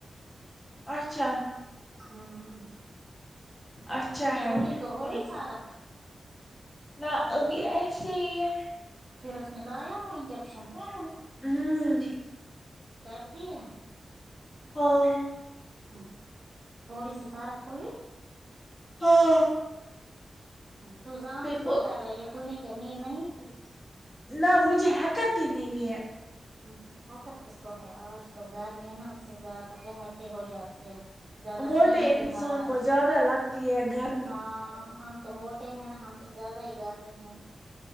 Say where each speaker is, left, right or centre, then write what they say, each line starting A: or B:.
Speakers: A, on the left (about 20°); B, on the right (about 35°).
A: اچھا
B: آمم
A: اچھا ہے
B: گولی کو ہویی
A: یہ
B: فارک
A: نہ ابھی ایسے ہی ہے
B: پھر اس نے لایا وہ انجیکشن
A: ہوں ہاں
B: کرتی ہے
A: اور
B: ہاں تھوڑی سی فرق ہوئی
A: ہاں
B: تو زامن کیوں
A: بہت
B: کر رہی ہے تو نے کیا نیند نہیں کی
A: نہ مجھے ہیکات ہی نہیں ہے
B: اچھا حکت کس کو ہے آج تو گرمی ہے نا اس سے زیادہ بے حکتی ہو جاتی ہے زیادہ
A: موٹے
B: فین کی
A: انسان
B: ہوا
A: کو
B: سے
A: زیادہ لگتی ہے گرمی
B: ہاں ہم تو موٹے ہیں نا ہم تو زیادہ ہی گرمی ہے